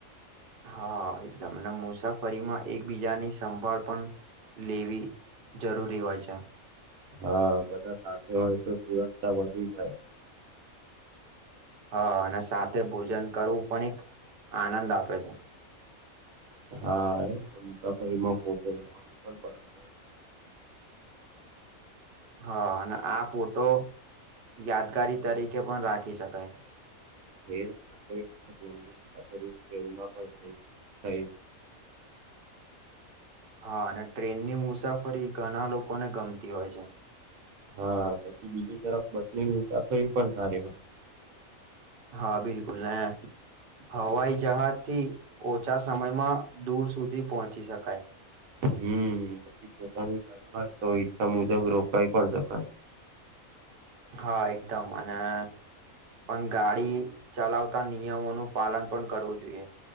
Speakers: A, on the right (about 50°); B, on the right (about 75°).
A: હા એકદમ ને મુસાફરીમાં એકબીજાની સંભાળ પણ લેવી જરૂરી હોય છે
B: હા બધા સાથે હોય તો સુરક્ષા વધી જાય
A: હ અને સાથે ભોજન કરવું પણ એક આનંદ આપે છે
B: હા એમ <unintelligible>
A: હા અને આ ફોટો યાદગારી તરીકે પણ રાખી શકાય
B: છે કોઈ વખત લંબી મુસાફરી ટ્રેનમાં પણ થઈ થઈ
A: હા અને ટ્રેન ની મુસાફરી ઘણા લોકોને ગમતી હોય છે
B: હા. પછી બીજી તરફ બસની મુસાફરી પણ સારી હોય.
A: હા, બિલકુલ ને હવાઈ જહાજ થી ઓછા સમયમાં દૂર સુધી પહોંચી શકાય.
B: હમ્મ પછી પોતાની ઘરમાંય તો ઈચ્છા મુજબ રોકાઈ પણ શકાય
A: હા એકદમ અને પણ ગાડી ચલાવતા નિયમોનું પાલન પણ કરવું જોઈએ